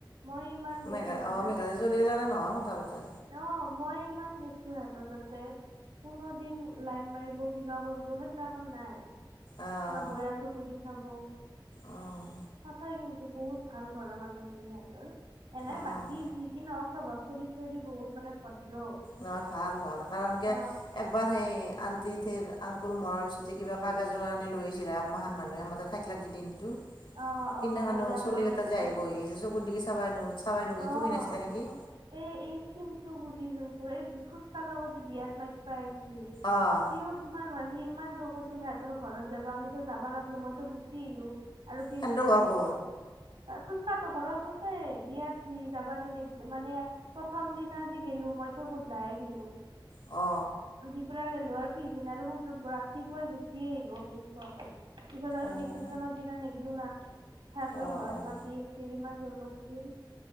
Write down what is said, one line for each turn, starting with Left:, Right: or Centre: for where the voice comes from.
Right: মই ইমান গেছো
Left: মেঘেলা
Right: না
Left: অ মেঘেলাী <unintelligible> নহয় কথা পাতা
Right: অ মই ইমান গেছো সিহঁতৰ তাতে কোনো দিন লাইন মাৰিব কিবা কৰিব, সেইগিলা নাই
Left: অঁ
Right: বা বয়া চকু দি চাব সঁচাই
Left: অঁ
Right: কিন্তু বহুত ভাল ঘৰৰ মানুহ শুনি সিহঁতৰ। এনে
Left: অঁ
Right: বাকী যি কি নহক স্বভাৱ চৰিত্ৰ দি বহুত মানে ভদ্ৰ।
Left: নহয়, ভাল ভাল কাৰণ কিয়
Right: অ
Left: একবাৰ সেই আন্তটিঠিৰ আংকুল মৰাৰ পিছত যে কিবা কাগজৰ কাৰনে লৈ আছিলা, একমাহান মানুহে আমাৰ থাকে দনটো,
Right: অ
Left: সেইদিনাখনও
Right: অ হয় দিয়া
Left: চলি
Right: মই
Left: কেইটা
Right: নাছিলো
Left: যে আহি
Right: দে
Left: বহি চকুত দিগি চাব নুখু চাবাই নুখুজে,
Right: অ।
Left: তুমি নাছিলা নেকি?
Right: এই এই চিন্তো বুলি যোনটো এই তাৰ লগত যে বিয়াত মাতবা আছিল
Left: অঁ
Right: সিওঁ ইমান মান সি ইমান জোৰ কৰিছিল সিহঁতৰ ঘৰত যাবা আমিতো যাবা নাপালো মইতো গুচি আহিলো, আৰু পিছদিনা
Left: সেন্দৰ ঘৰ
Right: মোক
Left: ক'ত
Right: ফুচকাহঁতৰ ঘৰৰ ওচৰতে বিয়াত যি যাবা যি মানে প্ৰথম দিনা আজি গেলো মই তো গুধূলা হে গিলো
Left: অ।
Right: দিপ্ৰা গেলো আৰু পিছদিনা দেখোন ৰাতিপুৱাই গুচিয়ে আহিলো অফিচ পোৱাকে। পিছত আৰু
Left: অঁ
Right: ৰিচিপচনৰ দিনা নেগলো না সিহঁতৰ
Left: অঁ
Right: ঘৰত
Left: অঁ
Right: মাতি সি ইমান জোৰ কৰিছিল